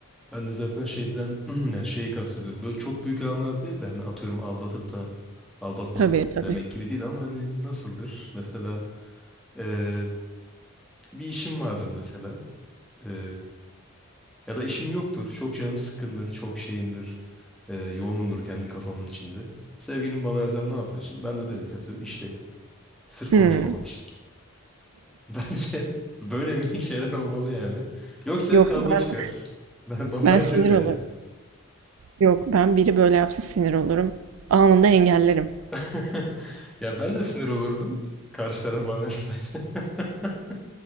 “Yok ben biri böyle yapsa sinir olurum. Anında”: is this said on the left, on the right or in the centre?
Right